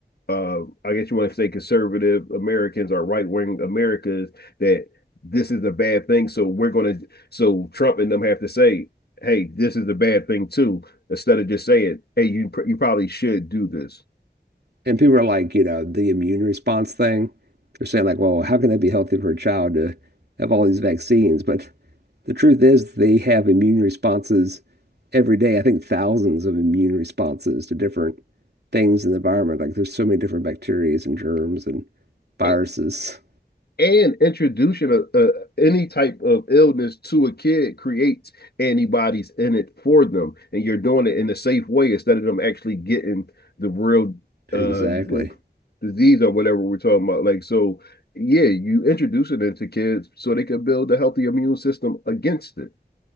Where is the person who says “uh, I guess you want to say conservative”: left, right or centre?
Left